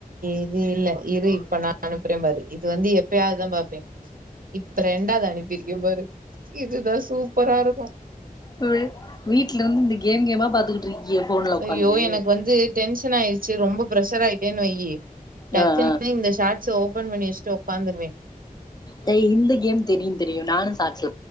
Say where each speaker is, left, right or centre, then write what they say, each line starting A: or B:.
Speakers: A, on the right (about 70°); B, on the left (about 25°).
A: இது இல்ல இரு இப்ப நா அனுப்புற பாரு இது வந்து எப்பயாதுதா பாப்பே இப்ப ரெண்டாவது அனுப்பிருக்க பாரு இதுதா சூப்பரா இருக்கு
B: தோழி வீட்ல இருந்து இந்த கேம் கேமா பாத்துக்கிட்டு இருக்கிய ஃபோன்ல உக்காந்து
A: ஐயோ எனக்கு வந்து டென்ஷன் ஆயிருச்சு ரொம்ப பிரெஷர் ஆயிட்டேன்னு வைய் டக்குனு
B: ஆ, ஆ.
A: இந்த ஷார்ட்ஸ்ச ஓப்பன் பண்ணி வச்சிட்டு உக்காந்துருவே
B: த இந்த கேம் தெரியு தெரியு நானு சார்ட்ஸ்